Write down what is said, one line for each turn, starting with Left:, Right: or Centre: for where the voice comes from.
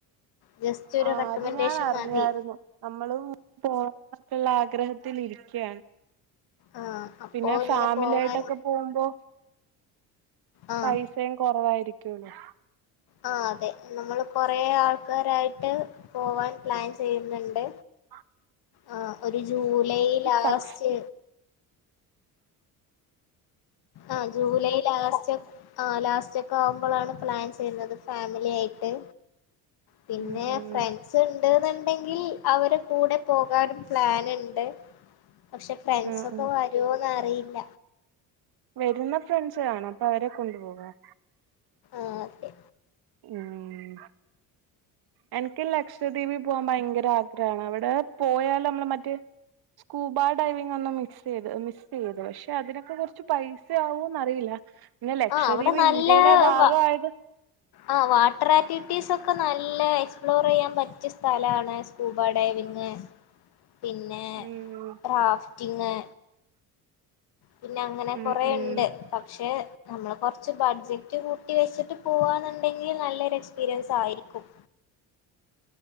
Left: ജസ്റ്റ് ഒരു
Right: ആഹ്
Left: റെക്കമെൻഡേഷൻ
Right: അത് ഞാൻ അറിഞ്ഞായിരുന്നു
Left: മതി
Right: നമ്മളും പോവണന്നൊക്കെയുള്ള ആഗ്രഹത്തിലിരിക്കയാണ്
Left: ആഹ് അപ്പോ
Right: പിന്നെ
Left: ഇങ്ങനെ
Right: ഫാമിലി
Left: പോവാൻ
Right: ആയിട്ടൊക്കെ പോകുമ്പോ
Left: ആഹ്
Right: പൈസ സയും കുറവായിരിക്കുല്ലോ
Left: ആ അതെ നമ്മൾ കൊറേ ആൾക്കാരായിട്ട് പോവാൻ പ്ലാൻ ചെയ്യുന്നുണ്ട്
Right: ആഹ്....
Left: ആ ഒരു ജൂലൈ ലാസ്റ്റ്
Right: സക്സ്
Left: ആഹ് ജൂലൈ ലാസ്റ്റ് ആ ലാസ്റ്റ് ഒക്കെ ആവുമ്പോളാണ് പ്ലാൻ ചെയ്യുന്നത് ഫാമിലി ആയിട്ട് പിന്നെ
Right: ഉം ഉം
Left: ഫ്രണ്ട്സ് ഉണ്ട്ന്നുണ്ടെങ്കിൽ അവരെ കൂടെ പോകാനും പ്ലാനുണ്ട് പക്ഷെ ഫ്രണ്ട്സ
Right: ഉം
Left: ഒക്കെ
Right: ഉം
Left: വരോന്ന് അറിയില്ല
Right: വരുന്ന ഫ്രണ്ട്സ് ആണേ അപ്പൊ അവരെ കൊണ്ടു പോകാം
Left: ആഹ്അതെ.
Right: ഉം എനിക്ക് ലക്ഷദീപി പോകാൻ ഭയങ്കര ആഗ്രഹാണ് അവിടെ പോയാല് നമ്മള് മറ്റേ സ്കൂബ ഡൈവിംഗ ഒന്ന് മിക്സ് ചെയ്ത് മിക്സ് ചെയ്ത് പിന്നെ അതിനൊക്കെ കുറച്ച് പൈസ ആവൂന്ന്റിയില്ല പിന്നെ ലക്ഷദ്വീപ്
Left: ആഹ് അവിടെ നല്ല
Right: ഇന്ത്യയുടെ ഭാഗയത്
Left: ആ വാട്ടർ ആറ്റിവിറ്റീസ് ഒക്കെ നല്ല എക്സ്പ്ലോർ ചെയ്യാൻ പറ്റിയ സ്ഥലമാണ് സ്കൂബ ഡൈവിംഗ് പിന്നെ
Right: ഉം
Left: റാഫ്റ്റിങ് പിന്നെ അങ്ങനെ
Right: ഉം
Left: കൊറെ
Right: ഉം
Left: ഇണ്ട് പക്ഷെ നമ്മൾ കുറച്ച് ബഡ്ജറ്റ് കൂട്ടി വെച്ചിട്ട് പോവാന്നുണ്ടെങ്കിൽ നല്ലൊരു എക്സ്പീരിയൻസ് ആയിരിക്കും